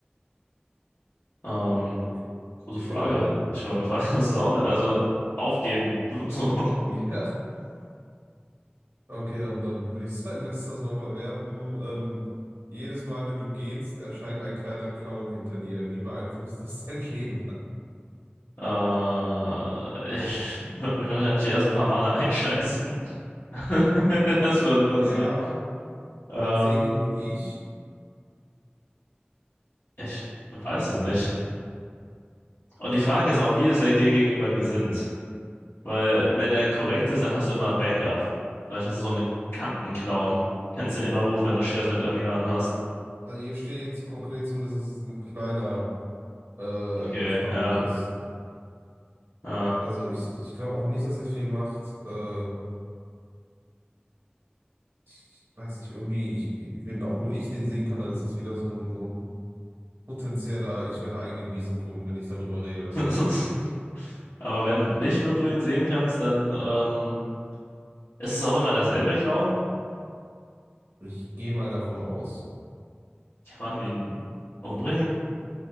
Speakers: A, on the left; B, on the right.
A: Ähm,
B: Okay,
A: gute Frage.
B: dann, dann.
A: Ich <laughs> we- weiß, das ist auch nicht. Also aufgeben. <laughs> So.
B: <laughs> Ja, okay, dann, dann würde ich sagen, <laughs> lass das mal verwerfen. Ähm, jedes Mal, wenn du gehst, erscheint ein kleiner Clown hinter dir. Wie beeinflusst das dein <laughs> Leben?
A: Äh, ich würde mich wahrscheinlich die ersten paar Male einscheißen. <laughs> Das würde passieren.
B: Ja,
A: Ähm,
B: wenn sehe den nur ich.
A: ich weiß es nicht. Und die Frage ist auch, wie ist er dir gegenüber gesinnt? Weil, wenn er korrekt ist, dann hast du immer Backup. Vielleicht ist er so eine Kantenclown. Kannst ihn immer rufen, wenn du Stress mit irgendjemandem hast.
B: Also hier steht konkret zumindest, dass es ein kleiner äh,
A: Okay,
B: Clown
A: ja.
B: ist.
A: ja.
B: Also ich, ich glaube auch nicht, dass er viel macht. Äh, ich, ich weiß nicht, irgendwie, ich, ich- wenn auch nur ich den sehen kann, dann ist das wieder so ein, so ein potenzieller, ich werde eingewiesen Grund, wenn ich darüber rede.
A: <laughs> Aber wenn nicht nur du ihn sehen kannst, dann ähm, ist es auch immer dasselbe, Clown.
B: Ich gehe mal davon aus.
A: Kann man ihn umbringen?